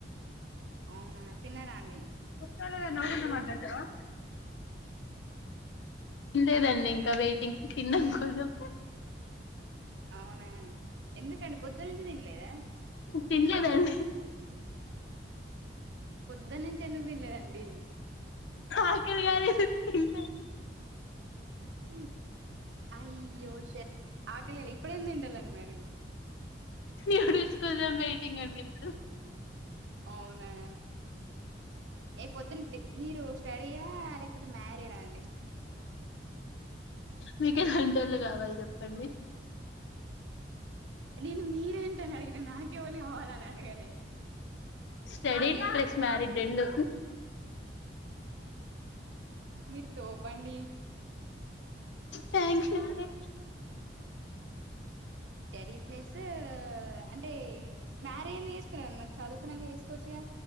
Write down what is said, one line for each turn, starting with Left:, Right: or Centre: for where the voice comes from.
Right: అవునా తిన్నారా అండి
Left: నువ్వు కూడా మాట్లాడతావా లేదండి ఇంకా వెయిటింగ్ తినడం కోసం
Right: అవునా ఎందుకండి పొద్దు నుంచి తినలేదా
Left: తిన్లేద అండి
Right: పొద్దున్నుంచి ఎందుకు తినలేదండి
Left: ఆకలి కాలేదు తిన్లే
Right: ఉ అయ్యో షట్ ఆకలి కాలే ఇప్పుడు ఏం తింటలేను మరి
Left: ఎడుస్కుదాం పెయటింగ్ మే ఇప్పుడు
Right: అవునా ఏ పొద్దు మీరు స్టడీయా లేకపోతే మ్యారీడా అండి
Left: మీకు ఎలాంటోళ్లు కావాలి చెప్పండి
Right: నేను మీరేంటని అడిగినా నాకేవళ కావాలి అని అడగాలి
Left: స్టడీ ప్లస్ మ్యారిడ్ రెండు
Right: మీరు తోపండి
Left: థ్యాంక్ యూ అండి
Right: స్టడీ ప్లస్ అంటే మ్యారేజ్ ఎందుకు చేసుకున్నాక నాకు చదువుకున్నాక చేసుకోవచ్చుగా